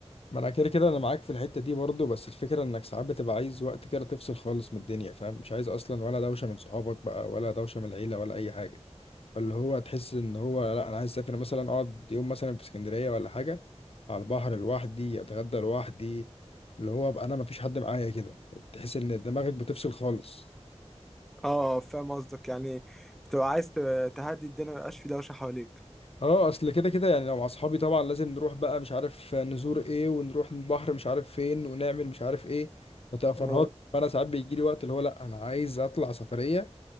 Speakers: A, on the left; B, in the centre.
A: ما انا كده كده انا معاك في الحتة دي برضه بس الفكرة انك ساعات بتبقى عايز وقت كده تفصل خالص من الدنيا فاهم مش عايز اصلا ولا دوشة من صحابك بقى ولا دوشة من العيلة ولا اي حاجة اللي هو تحس ان هو لا انا عايز اسافر مثلا اقعد يوم مثلا في اسكندريه ولا حاجه على البحر لوحدي اتغدى لوحدي اللي هو ابقى انا مفيش حد معايا كده تحس ان دماغك بتفصل خالص
B: اه فاهم قصدك يعني بتبقى عايز ت- تهدي الدنيا ميبقاش في دوشة حواليك
A: اه اصل كده كده يعني لو مع اصحابي طبعا لازم نروح بقى مش عارف نزور ايه ونروح البحر مش عارف فين ونعمل مش عارف ايه فتبقى فرهاد
B: اه
A: فانا ساعات بيجي لي وقت اللي هو لا انا عايز اطلع سفريه